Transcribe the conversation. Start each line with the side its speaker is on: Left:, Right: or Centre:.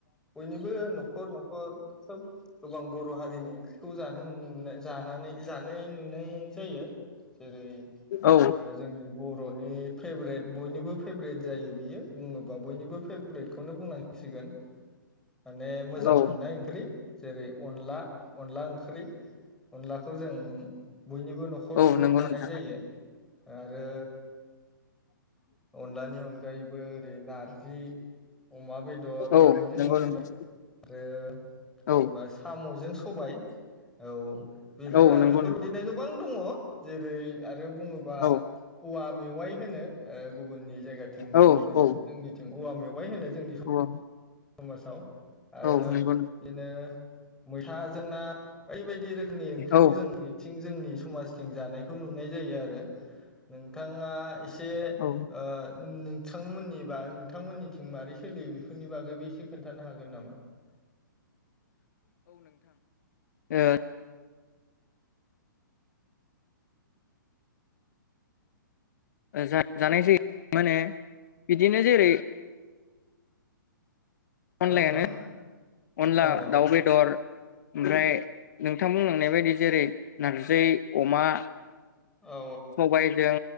Centre: बयनिबो न'खर न'खर सोब गोबां बर' हारिनि ओंख्रिखौ जानो मोनो <unintelligible> जानानै जानाय नुनाय जायो जेरै-
Left: औ
Centre: ओ जोंनि बर' फेभरेट बयनिबो फेभरेट जायो बियो बुङोबा बयनिबो फेभरेटखौनो बुंनां सिगोन माने मोजां
Left: औ
Centre: मोननाय ओंख्रि जेरै अनला अनला ओंख्रि अनला खौ जों बयनिबो न'खर
Left: औ
Centre: न'खर
Left: नंगौ
Centre: जानाय
Left: नोंथां
Centre: जायो आरो अनलानि अनगायैबो ओरै नारजि जि अमा बेदर
Left: औ
Centre: नारजिजों
Left: नंगौ
Centre: अमा बेदर
Left: नंगौ
Centre: आरो
Left: औ
Centre: बुङोबा साम'जों सबाय औ बेफोर
Left: औ नंगौ
Centre: बेफोरबायदिनो
Left: नोंथां
Centre: गोबां दङ जेरै आरो बुङोबा
Left: औ
Centre: औवा अयाय होनो गुबुननि जाया गुब
Left: औ औ
Centre: जोंनि औवा मेवाय होनो जोंनि
Left: औ
Centre: समाजाव आरो
Left: औ नंगौ नोंथां,
Centre: बिदिनो मैथा जों ना बायदि बायदि बायदि रोखोमनि ओंख्रिखौ
Left: औ
Centre: जों इथिं जोंनि समाजथिं जानायखौ नुदों नाय जायो आरो नोंथाङा एसे
Left: औ
Centre: ओ नोंथांमोननि बा नोंथांमोननिथिं मारै सोलियो बेफोरनि बागैबो एसे खोन्थानो हागोन नामा
Left: ओ जा जानाय जायो मा होनो बिदिनो जेरै अनलायानो
Centre: हेल' नोंथां
Left: अनला
Centre: औ
Left: दाउ बेदर ओमफ्राय नोंथां बुंनांनाय बायदि जेरै नारजि अमा
Centre: औ
Left: सबायजों